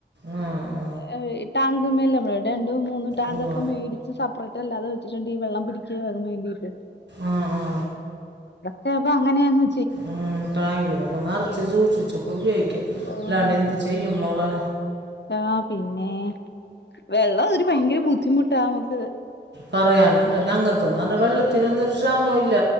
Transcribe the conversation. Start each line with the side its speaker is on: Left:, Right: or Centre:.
Right: ആ ആ
Left: <unintelligible> ടാങ്ക് മെൽ <unintelligible> ണ്ടും മൂന്ന് ടാങ്കൊക്ക
Right: ഉവ്വ
Left: മേടിച്ച് സെപ്പറേ ട്ടല്ലാതെ വെച്ചിട്ട്ണ്ട് ഈ വെള്ളം പിടിക്കുവാൻ വേണ്ടീട്ട്
Right: ആ ആ
Left: ചെൽപ്പം അങ്ങനെയങ്ങ്
Right: ഉം ടാങ്കിലൊക്കെ നറ്ച്ചു സൂക്ഷിച്ചൊക്കെ ഉപയോഗിക്ക്യാ
Left: ഓഹ്
Right: ഇല്ലാണ്ട് എന്തു ചെയ്യും മോളെ
Left: ആഹ് പിന്നേ വെള്ളം ഒരു ഭയങ്കര ബുദ്ധിമുട്ടാ മുക്ക്
Right: പറയാനുണ്ടോ ഞങ്ങൾക്ക് ന്ന് പറഞ്ഞാ വെള്ളത്തിനൊന്നും ഒരു ക്ഷാമോ ഇല്ല